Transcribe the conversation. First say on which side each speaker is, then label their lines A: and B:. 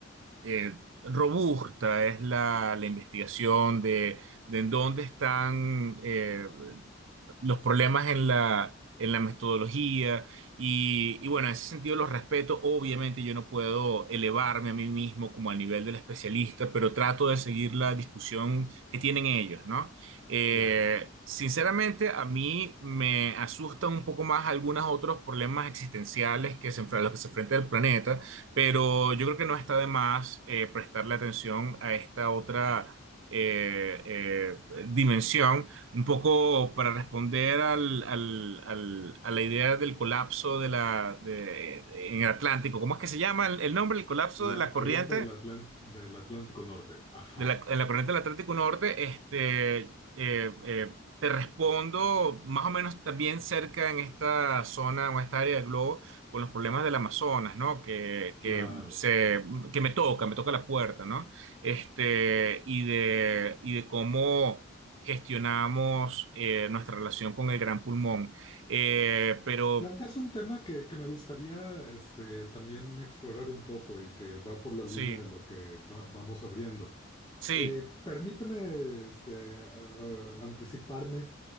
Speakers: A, on the right; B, on the left.
A: eh, robusta es la, la investigación, de, de en dónde están. eh, los problemas en la, en la metodología y, y bueno, en ese sentido los respeto. Obviamente yo no puedo elevarme a mí mismo como al nivel del especialista, pero trato de seguir la discusión que tienen ellos, ¿no? Eh,
B: Claro,
A: sinceramente, a mí me asustan un poco más algunos otros problemas existenciales que se, enfre- a los que se enfrenta el planeta, pero yo creo que no está de más eh, prestarle atención a esta otra... eh, eh, dimensión un poco para responder al, al- al- a la idea del colapso de la, de- en el Atlántico. ¿Cómo es que se llama el, el nombre? El colapso
B: la
A: de la corriente
B: corriente del Atlán- del Atlántico Norte. Ajá,
A: de la, en la corriente del Atlántico Norte, este, eh, eh, te respondo más o menos también cerca en esta zona o esta área del globo con los problemas del Amazonas, ¿no? Que,
B: claro.
A: que, se, que me toca, me toca la puerta, ¿no? Este, y de, y de cómo gestionamos eh, nuestra relación con el gran pulmón. Eh, pero
B: Planteas un tema que, que me gustaría este, también explorar un poco y que va por la
A: sí,
B: línea de lo que va- vamos abriendo.
A: sí,
B: Eh, permíteme este, a- a- anticiparme